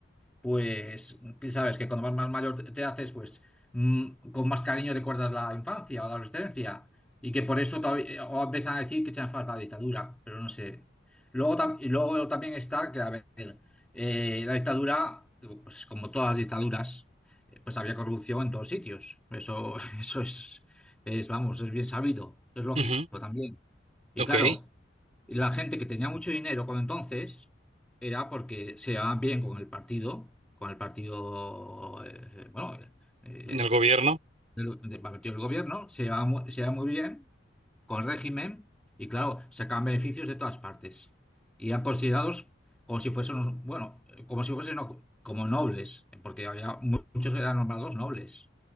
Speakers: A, in the centre; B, on the right.
A: pues sabes que cuando más, más mayor te te haces, pues mm, con más cariño recuerdas la infancia o la adolescencia y que por eso todavía, eh, o empiezan a decir que echan falta la dictadura, pero no sé. Luego, tam- y luego también está que, a ver, eh, la dictadura, pues como todas las dictaduras, eh, pues había corrupción en todos sitios. Eso, <laughs> eso es, es, vamos, es bien sabido, es lógico
B: Ujú,
A: también. Y
B: Ok,
A: claro,
B: en
A: la gente que tenía mucho dinero cuando entonces era porque se llevaban bien con el partido, con el partido, eh, bueno, eh, eh,
B: el gobierno,
A: del, del partido del gobierno, se llevaban mu- se llevaban muy bien con el régimen y claro, sacaban beneficios de todas partes. Y eran considerados como si fuesen, unos- bueno, como si fuesen no- como nobles, porque había mu- muchos que eran nombrados nobles.